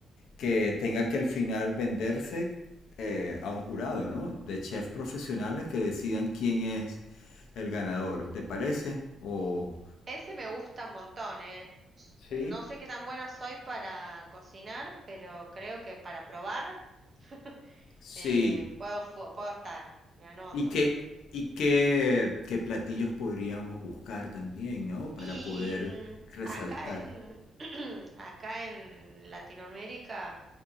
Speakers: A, on the left (about 80°); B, on the right (about 35°).
A: que tenga que al final venderse eh, a un jurado, ¿no? De chefs profesionales que decidan quién es el ganador, ¿te parece? O
B: ese me gusta un montón, ¿eh? S-
A: Sí.
B: No sé qué tan buena soy para cocinar, pero creo que para probar <laughs>
A: sí,
B: eh, puedo, fu- puedo estar. Me anoto.
A: y qué y qué, qué platillos podríamos buscar también, ¿no? Para
B: Y
A: poder
B: mm,
A: resaltar.
B: acá en, <clears throat> acá en Latinoamérica,